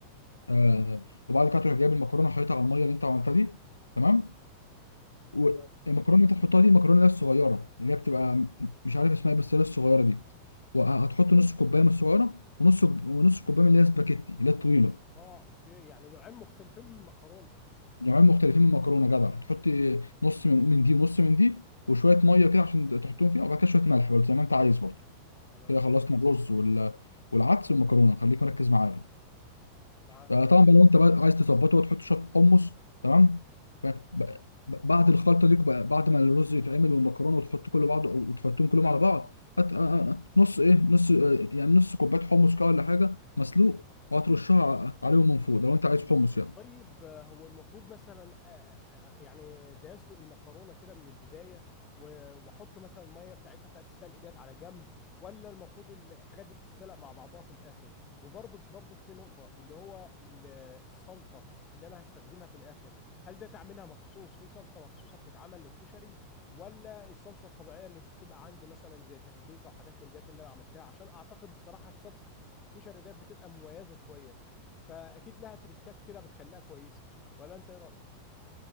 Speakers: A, on the left (about 80°); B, on the left (about 30°).
A: أه وبعد كده تروح جايب المكرونه حاططها على الميه اللي انت عملتها دي تمام والمكرونه
B: تمام
A: اللي انت هتحطها دي المكرونه اللي هي الصغيره اللي هي بتبقى م- مش عارف اسمها إيه، بس اللي هي الصغيره دي وهتحط نص كوبايه من الصغيره ونص ونص كوبايه من اللي هي سباكيتي اللي هي الطويله
B: اه اوكي يعني نوعين مختلفين من المكرونه
A: نوعين مختلفين من المكرونه جدع هتحطي نص من من دي ونص من دي وشويه ميه كده عشان تحطهم فيها وبعد كده شويه ملح برضه زي ما انت عايز برضه
B: تمام
A: كده خلصنا الرز وال... والعدس والمكرونه خليك مركز معايا
B: معاك
A: آه، طبعا بقى لو انت بقى عايز تظبطه وتحط شويه حمص تمام ب- ب- بعد الخلطه دي بقى- بعد ما الرز يتعمل والمكرونه وتحط كله بعض وتحطهم كلهم على بعض هت... آه، آه، آه، نص ايه نص آه، يعني نص كوبايه حمص كده ولا حاجه مسلوق وهترشها ع- عليهم من فوق ده لو انت عايز حمص يعني
B: طيب آه، هو المفروض مثلا آه، آه، آه، يعني زي اسلق المكرونه كده من البدايه و- واحط مثلا الميه بتاعتها بتاعت السلق ديت على جنب ولا المفروض ال- الحاجات دي بتتسلق مع بعضها في الاخر وبرضك برضك في نقطه اللي هو ال- الصلصه اللي انا هستخدمها في الاخر هل ده تعملها مخصوص في صلصه مخصوصه بتتعمل للكشري ولا الصلصه الطبيعيه اللي بتبقى عندي مثلا زي تسبيكه وحاجات من ديت اللي انا عملتها عشان اعتقد بصراحه صلصه الكشري ديت بتبقى مميزه شويه فاكيد لها تريكات كده بتخليها كويسه ولا انت ايه رايك